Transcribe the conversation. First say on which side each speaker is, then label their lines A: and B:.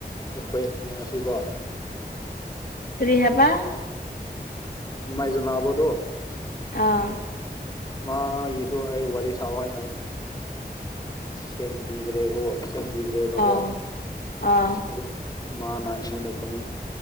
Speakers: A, on the left; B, on the left.
A: ꯑꯩꯈꯣꯏ ꯉꯉꯁꯤꯀꯣ
B: ꯀꯔꯤꯍꯕ
A: ꯃꯥꯏꯖꯕꯣꯗꯣ
B: ꯑꯥ
A: ꯃꯥꯒꯤꯁꯨ ꯑꯩ ꯋꯥꯔꯤ ꯁ ꯍꯥꯏꯅ ꯁꯦꯝꯕꯤꯈ꯭ꯔꯦꯀꯣ ꯁꯦꯝꯕꯤꯈ꯭ꯔꯦꯕꯀꯣ
B: ꯑꯥ ꯑꯥ
A: ꯑꯗꯨ ꯃꯥꯅ ꯑꯩꯉꯣꯏ ꯂꯧꯈꯨꯟ